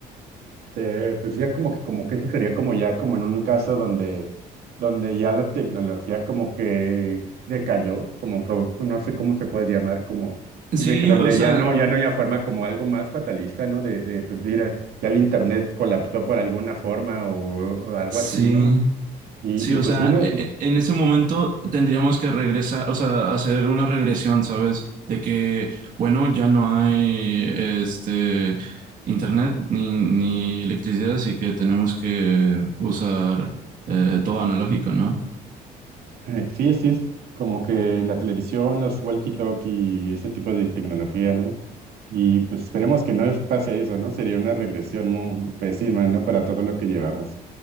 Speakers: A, on the right (about 70°); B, on the right (about 50°).
A: Eh, pues ya como que, como que eso sería como ya como en un caso donde, donde ya la tecnología como que decayó, como que no sé cómo se puede llamar, como
B: Sí,
A: de que donde
B: o sea,
A: ya no, ya no hay una forma como algo más fatalista, ¿no? De, de pues mira, ya el internet colapsó por alguna forma o, o algo
B: sí.
A: así, ¿no? Y,
B: Sí,
A: y
B: o
A: pues
B: sea,
A: sí, no,
B: e-
A: sí,
B: e- en ese momento tendríamos que regresar, o sea, hacer una regresión, ¿sabes? De que, bueno, ya no hay este internet ni, ni electricidad, así que tenemos que usar eh, todo analógico, ¿no?
A: <clears throat> <laughs> sí es, sí es como que la televisión, los walkie-talkie, ese tipo de tecnología, ¿no? Y pues esperemos que no pase eso, ¿no? Sería una regresión muy pésima, ¿no? Para todo lo que llevamos.